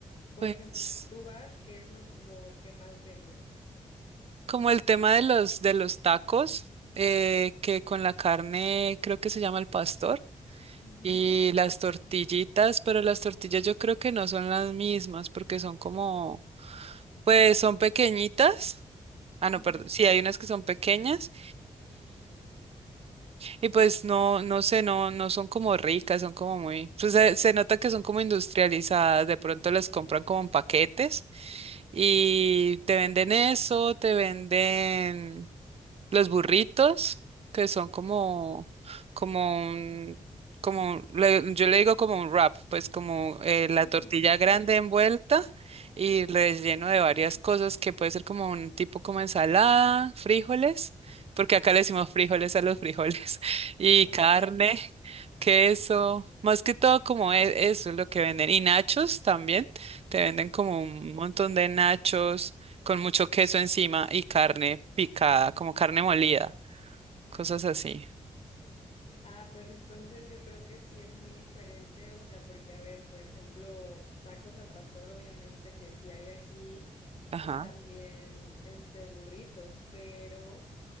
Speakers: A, on the left (about 50°); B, on the right (about 50°).
A: por
B: Pues
A: ejemplo, si tú vas, ¿qué es lo, lo que más venden?
B: como el tema de los, de los tacos, eh, que con la carne creo que se llama el pastor.
A: Ujú,
B: Y las tortillitas, pero las tortillas yo creo que no son las mismas porque son como, pues son pequeñitas.
A: ujú,
B: Ah, no, perdón. Sí, hay unas que son pequeñas Y pues no, no sé, no, no son como ricas, son como muy, pues se, se nota que son como industrializadas, de pronto les compran como en paquetes y te venden eso, te venden los burritos, que son como, como un, como un- le- yo le digo como un wrap, pues como eh, la
A: ujú.
B: tortilla grande
A: Sí, sí, sí.
B: envuelta y relleno de varias cosas que puede ser como un tipo como ensalada, frijoles, porque acá le decimos frijoles a los frijoles, <laughs> y
A: Ok.
B: carne, queso, más que todo como e- eso es lo que venden. Y nachos también, te venden como un montón de nachos con mucho queso encima y carne picada, como carne molida, cosas así.
A: Ah, pues entonces yo creo que sí es muy diferente, o sea, porque a ver, por ejemplo, tacos al pastor obviamente que sí hay aquí
B: Ajá.
A: y también este burritos, pero